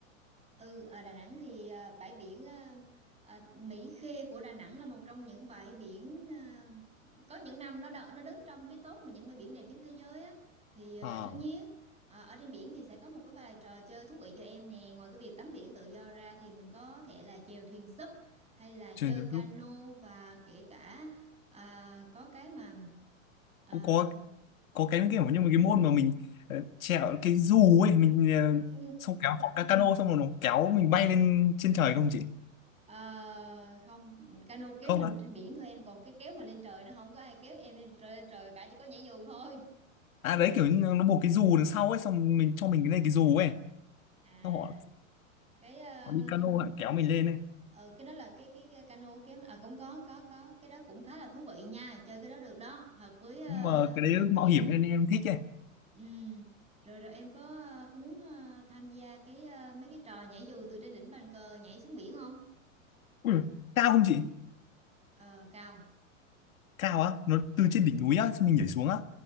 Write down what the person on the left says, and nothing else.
Ờ, à,
trên YouTube
cũng có có cái kiểu như một cái môn mà mình ờ, trèo cái dù ấy mình ờ,
xong kéo cọc ca cano xong rồi nó kéo mình bay lên trên trời không chị
không
á
à đấy kiểu như nó buộc cái dù đằng sau ấy xong mình cho mình cái này cái dù ấy
xong họ,
họ đi cano họ kéo mình lên ấy
nhưng mà cái đấy
mạo
hiểm nên em thích ấy
Ui, cao không chị
cao á nó từ trên đỉnh núi á xong mình nhảy xuống á